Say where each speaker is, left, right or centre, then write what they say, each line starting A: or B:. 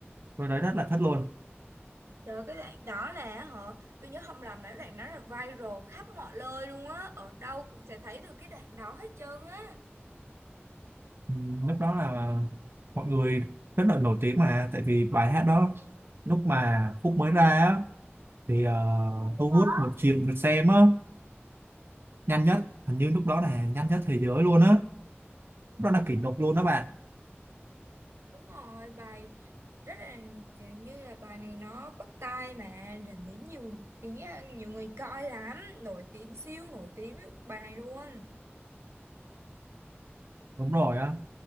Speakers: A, on the right; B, on the right.
A: tôi thấy rất là thích luôn
B: rồi cái đoạn đó là họ tôi nhớ không lầm là cái đoạn đó là viral khắp mọi nơi luôn á ở đâu cũng sẽ thấy được cái đoạn đó hết trơn á
A: ừ, lúc đó là mọi người rất là nổi tiếng mà tại vì bài hát đó lúc mà khúc mới ra á thì ờ, thu hút một triệu lượt xem á nhanh nhất hình như lúc đó là nhanh nhất thế giới luôn á Nó là kỷ lục luôn đó bạn.
B: Đúng rồi, bài rất là kiểu như là bài này nó bắt tai mà đến đến nhiều tiếng à, nhiều người coi lắm, nổi tiếng siêu nổi tiếng với bài này luôn.
A: Đúng rồi á.